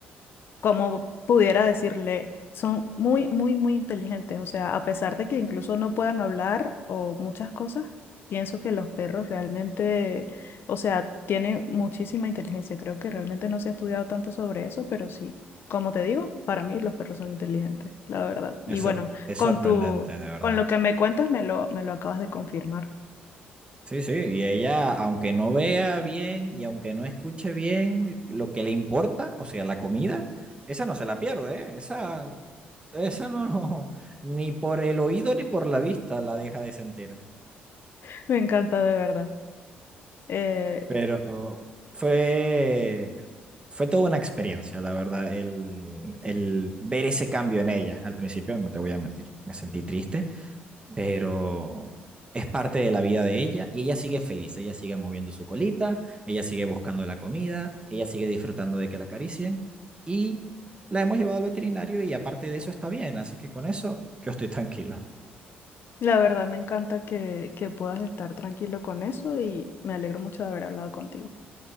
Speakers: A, on the left; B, on the right.
A: como pudiera decirle, son muy, muy, muy inteligentes. O sea, a pesar de que incluso no puedan hablar o muchas cosas, pienso que los perros realmente, o sea, tienen muchísima inteligencia. Creo que realmente no se ha estudiado tanto sobre eso, pero sí, como te digo, para mí los perros son inteligentes, la verdad. Y
B: Es,
A: bueno,
B: sor- es
A: con
B: sorprendente,
A: tu,
B: de verdad.
A: con lo que me cuentas, me lo, me lo acabas de confirmar.
B: Sí, sí, y ella, aunque no vea bien y aunque no escuche bien lo que le importa, o sea, la comida, esa no se la pierde, ¿eh? Esa, esa no, no, <laughs> ni por el oído ni por la vista la deja de sentir.
A: <laughs> Me encanta de verdad. Eh,
B: Pero fue, fue toda una experiencia, la verdad, el, el ver ese cambio en ella. Al principio, no te voy a mentir, me sentí triste. pero es parte de la vida de ella y ella sigue feliz, ella sigue moviendo su colita, ella sigue buscando la comida, ella sigue disfrutando de que la acaricien y la hemos llevado al veterinario y aparte de eso está bien, así que con eso yo estoy tranquilo.
A: La verdad me encanta que, que puedas estar tranquilo con eso y me alegro mucho de haber hablado contigo.